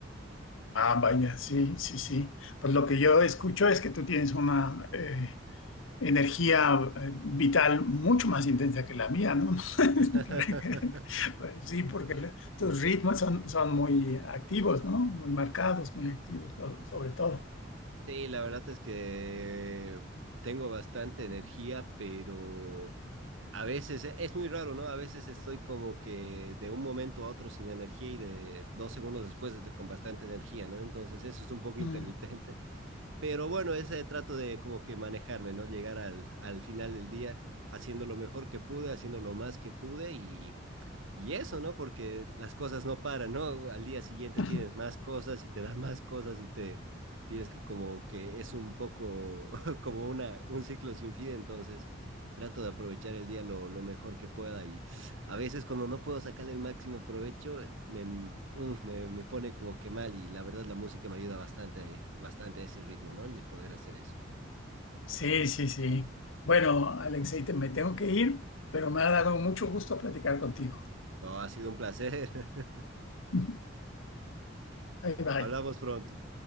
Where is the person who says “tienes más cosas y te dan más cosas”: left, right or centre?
Right